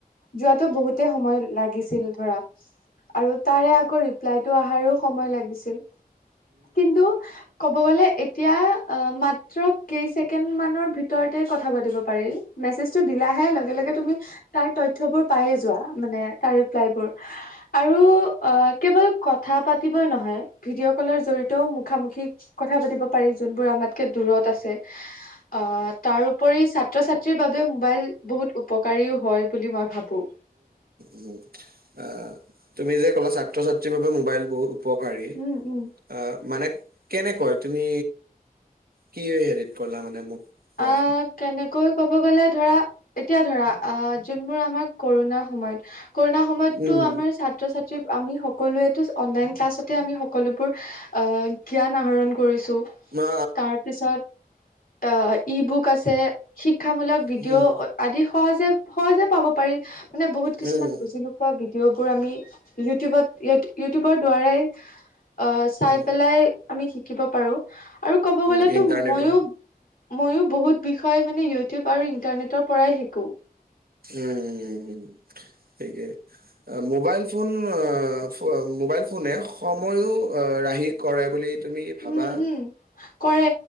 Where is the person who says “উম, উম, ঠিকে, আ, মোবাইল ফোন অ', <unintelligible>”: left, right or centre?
Right